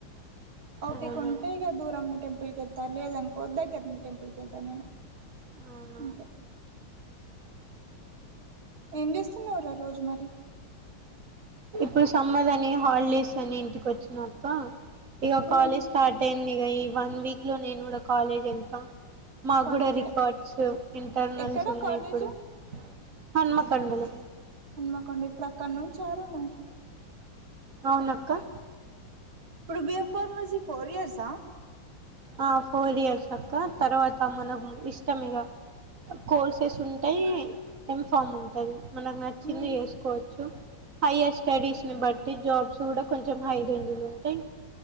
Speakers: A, on the right; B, on the right.
A: ఓపికు
B: అవునా
A: ఉంటే ఇక దూరం ఉన్న టెంపుల్కి లేదనుకో దగ్గర ఉన్న టెంపుల్ కి వెళ్తా నేను
B: అవునా
A: అంతే ఏం చేస్తున్నవరా రోజు మరి
B: ఇప్పుడు సమ్మర్ అని హాలిడేస్ అని ఇంటికి వచ్చా అక్క ఇక కాలేజ్
A: ఉమ్
B: స్టార్ట్ అయింది ఇగ ఈ వన్ వీక్ లో నేను కూడా కాలేజ్ వెళ్తా మా
A: కాలేజే
B: గూడా రికార్డ్స్ ఇంటర్నల్స్
A: ఎక్కడ
B: ఉన్నాయి
A: కాలేజు
B: ఇప్పుడు హన్మకొండలు
A: హన్మకొండ ఇప్పుడు అక్కడ నుంచి ఆరాను
B: అవునక్క
A: ఇప్పుడు బిఎఫ్ ఫార్మసీ ఫోర్ ఇయర్సా
B: ఆ ఫోర్ ఇయర్స్ అక్క తర్వాత మనకు ఇష్టం ఇగ కోర్సెస్ ఉంటయ్ ఎంఫామ్ ఉంటది మనకు నచ్చింది
A: ఉమ్
B: చేసుకోవచ్చు హైయర్ స్టడీస్ ని బట్టి జాబ్స్ కూడా కొంచెం హై దులు ఉంటయ్